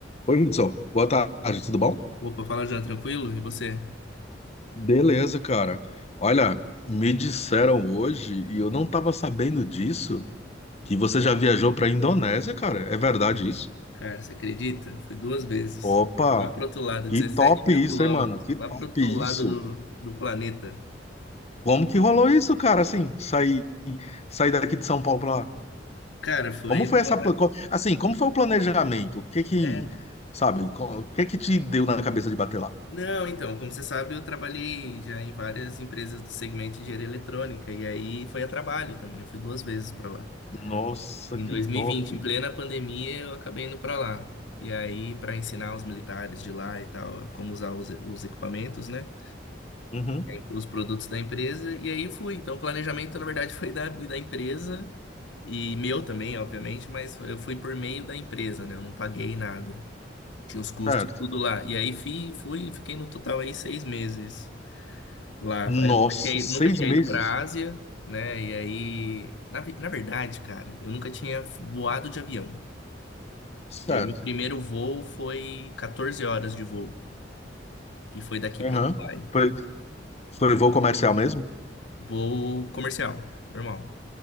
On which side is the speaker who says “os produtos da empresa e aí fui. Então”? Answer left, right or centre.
Left